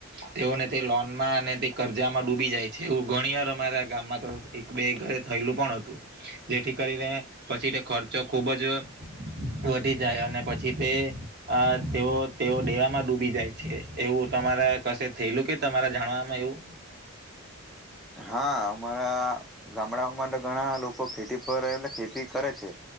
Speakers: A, on the right; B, in the centre.
A: તેઓને તે લોન માં અને તે કર્જામાં ડૂબી જાય છે એવું ઘણીવા રા ગામમાં તો એક બે ઘરે થયેલું પણ હતું જેથી કરીને પછી તે ખર્ચો ખુબ જ વધી જાય અને પછી તે તેઓ તેઓ ડેવામાં ડૂબી જાય છે એવું તમારા કશે થયેલું કે તમારા જાણવામાં એવું
B: હા અમારા ગામડાઓમાં તો ઘણા લોકો ખેતી પર એટલે ખેતી કરે છે